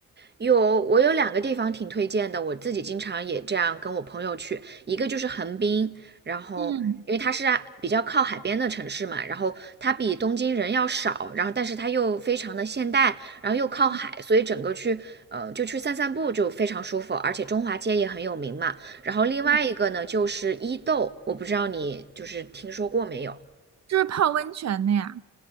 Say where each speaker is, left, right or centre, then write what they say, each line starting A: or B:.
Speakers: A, on the right; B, on the right.
A: 有，我有两个地方挺推荐的，我自己经常也这样跟我朋友去，一个就是横滨，然后因为它是啊比较靠海边的城市嘛，
B: 嗯
A: 然后它比东京人要少，然后但是它又非常的现代，然后又靠海，
B: 嗯
A: 所以整个去，呃，就去散散步就非常舒服，而且中华街也很有名嘛。然后另外一个呢就是伊豆，
B: 嗯，
A: 我不知道你就是听说过没有？
B: 就是泡温泉的呀。